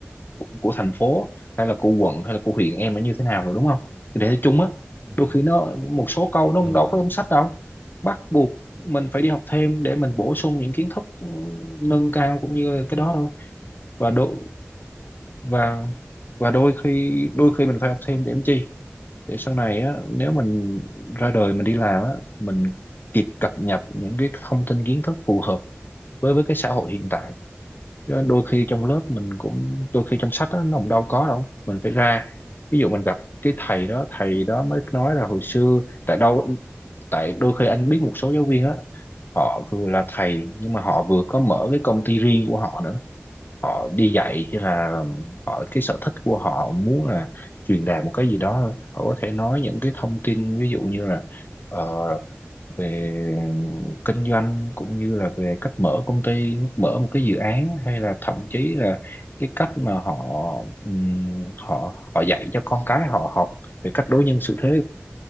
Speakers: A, on the left; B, on the right.
A: của, của thành phố hay là của quận hay là của huyện em nó như thế nào rồi đúng không cái đề thi chung á
B: dạ vâng
A: đôi khi nó một số câu nó
B: dạ vâng
A: đâu có trong sách đâu bắt buộc mình phải đi học thêm để mình bổ sung những kiến thức ừ, nâng cao cũng như là cái đó thôi và đôi và và đôi khi đôi khi mình phải học thêm để làm chi để sau này á nếu mình ra đời mình đi làm á mình kịp cập nhật những cái thông tin kiến thức phù hợp với với cái xã hội hiện tại Chứ đôi khi trong lớp mình cũng đôi khi trong sách á, nó cũng đâu có đâu mình phải ra ví dụ mình gặp cái thầy đó thầy đó mới nói là hồi xưa tại đâu tại đôi khi anh biết một số giáo viên á họ vừa là thầy nhưng mà họ vừa có mở cái công ty riêng của họ nữa đi dạy chỉ là họ cái sở thích của họ muốn là truyền đạt một cái gì đó thôi họ có thể nói những cái thông tin ví dụ như là ờ, về kinh doanh cũng như là về cách mở công ty mở một cái dự án hay là thậm chí là cái cách mà họ ừm, họ họ dạy cho con cái họ học về cách đối nhân xử thế